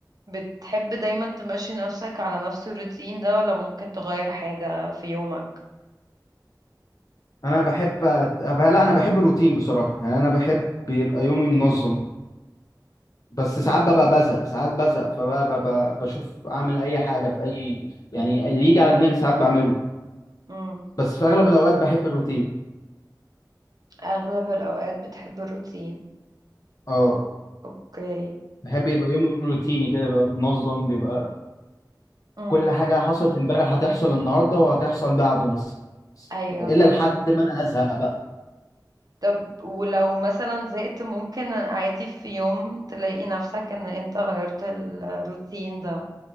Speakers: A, on the right (about 55°); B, on the left (about 50°).
A: بتحب دايما تمشي نفسك على نفس الروتين ده ولا ممكن تغير حاجة في يومك؟
B: انا بحب أت- أبقى لا انا بحب الروتين بصراحه يعني انا بحب يبقى يومي منظم بس ساعات ببقى بزهق ساعات بزهق فبقى ببقى بشوف اعمل اي حاجه في اي يعني اللي يجي على دماغي ساعات بعمله
A: مم.
B: بس في اغلب الاوقات بحب الروتين
A: اغلب الاوقات بتحب الروتين
B: اه
A: اوكي
B: بحب يبقى يومي روتيني كده بيبقى منظم بيبقى
A: امم
B: كل حاجة حصلت امبارح هتحصل النهاردة وهتحصل بعده مثلا
A: ايوه
B: إلا
A: فاهمك
B: لحد ما أنا أزهق بقى
A: طب ولو مثلا زهقت ممكن عادي في يوم تلاقي نفسك ان انت غيرت الروتين ده